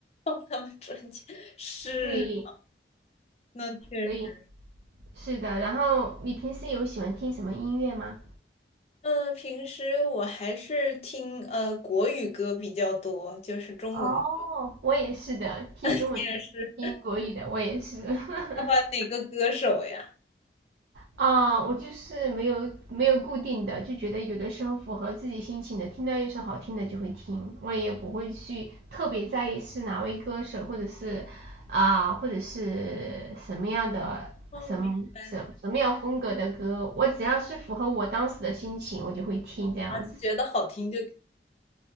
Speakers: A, on the left; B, on the right.
A: <laughs> 他们专家是，
B: 对，
A: 那确实。
B: 所以是的。然后你平时有喜欢听什么音乐吗？
A: 嗯，平时我还是听呃国语歌比较多，就是中文
B: 哦，我也是的，听中文、
A: 电视
B: 听国语的，我也是。<laughs>
A: 喜欢哪个歌手呀？
B: 啊，我就是没有没有固定的，就觉得有的时候符合自己心情的，听到一首好听的就会听，我也不会去特别在意是哪位歌手或者是啊、或者是什么样的什么什什么样风格的歌，
A: 哦，明白，
B: 我只要是符合我当时的心情，我就会听这样子。
A: 啊，就觉得好听就听